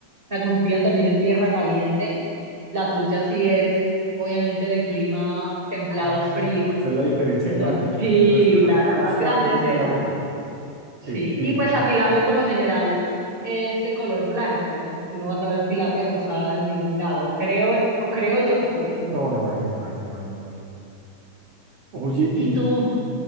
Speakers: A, on the right; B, on the right.
A: la cultivan también en tierra caliente. La trucha sí es obviamente de clima templado
B: Ah.
A: frío,
B: Esa es la diferencia
A: entonces
B: grande.
A: sí,
B: No es que una
A: la,
B: tenga
A: la
B: más
A: más
B: carne
A: grande es esa.
B: que la otra.
A: Sí,
B: El clima.
A: y pues la tilapia por lo general es de color blanco, ¿no? Tú no vas a ver tilapia rosada en ningún lado, o creo, o creo yo, pues.
B: No, no hay, no hay, no hay, no hay. Oye, y,
A: ¿Y tú?